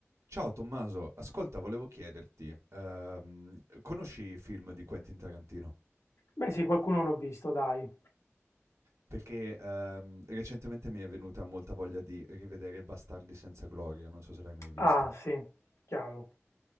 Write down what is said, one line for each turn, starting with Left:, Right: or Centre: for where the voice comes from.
Right: Ciao Tommaso, ascolta, volevo chiederti, ehm, conosci i film di Quentin Tarantino?
Left: Beh, sì, qualcuno l'ho visto, dai.
Right: Perché ehm, recentemente mi è venuta molta voglia di rivedere Bastardi senza gloria, non so se l'hai mai visto.
Left: Ah, sì, chiaro.